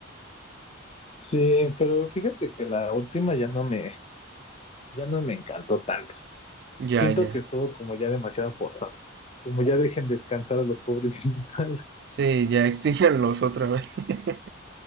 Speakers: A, on the left; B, on the right.
A: Sí, pero fíjate que la última ya no me, ya no me encantó tanto.
B: Ya,
A: Siento
B: ya.
A: que estuvo como ya demasiado forzada. Como ya dejen descansar a los pobres <laughs> dinosaurios.
B: Sí, ya <laughs> extinganlos otra vez. <laughs>